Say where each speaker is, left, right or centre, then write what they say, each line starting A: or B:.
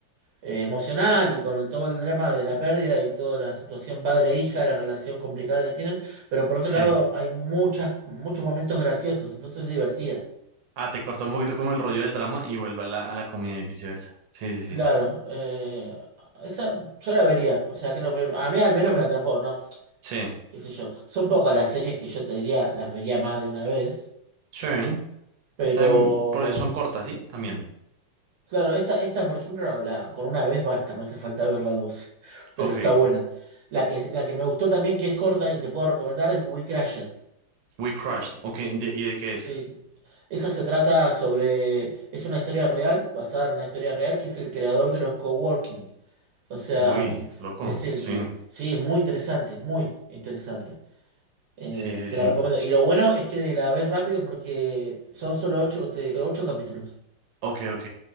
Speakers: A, on the right (about 85°); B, on the right (about 65°).
A: eh, emocional y con el- todo el drama de la pérdida y toda la situación padre-hija, la relación complicada que tienen, pero por otro
B: sí.
A: lado hay muchas, muchos momentos graciosos, entonces es divertida.
B: Ah, te corta un poquito como el rollo del drama y vuelve a la, a la comedia y viceversa. Sí, sí, sí.
A: Claro, eh, esa yo la vería, o sea, creo que a mí al menos me atrapó, ¿no?
B: Sí.
A: ¿Qué sé yo? Son pocas las series que yo te diría, las vería más de una vez,
B: Sí.
A: pero...
B: También, por- son cortas, ¿sí? También.
A: Claro, esta, esta, por ejemplo, la, con una vez basta, no hace falta ver la dos, <laughs> pero
B: Ok.
A: está buena. La que, la que me gustó también, que es corta y te puedo recomendar, es We Crashed.
B: We crashed, Ok, ¿de- ¿y de qué es?
A: Sí. Esa se trata sobre, es una historia real, basada en una historia real, que es el creador de los coworking. O sea,
B: Uy, loco.
A: es el
B: Sí,
A: que, sí, es muy interesante, es muy interesante. Eh,
B: sí, sí,
A: te
B: sí.
A: la recomiendo. Y lo bueno es que la ves rápido porque son solo ocho, te- ocho capítulos.
B: Ok, ok.